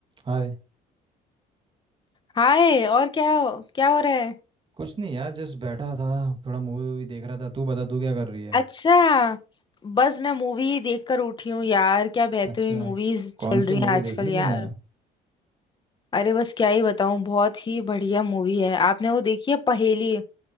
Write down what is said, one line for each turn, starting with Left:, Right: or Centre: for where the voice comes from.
Right: हाय
Left: हाय और क्या हो क्या हो रहा है
Right: कुछ नहीं यार जस्ट बैठा था थोड़ा मूवी वूवी देख रहा था तू बता तू क्या कर रही है
Left: अच्छा बस मैं मूवी देखकर उठी हूँ यार क्या बेहतरीन
Right: अच्छा
Left: मूवीज
Right: कौन
Left: चल रही
Right: सी
Left: हैं
Right: मूवी
Left: आजकल
Right: देख ली
Left: यार
Right: तूने
Left: अरे बस क्या ही बताऊँ बहुत ही बढ़िया मूवी है आपने वो देखी है पहेली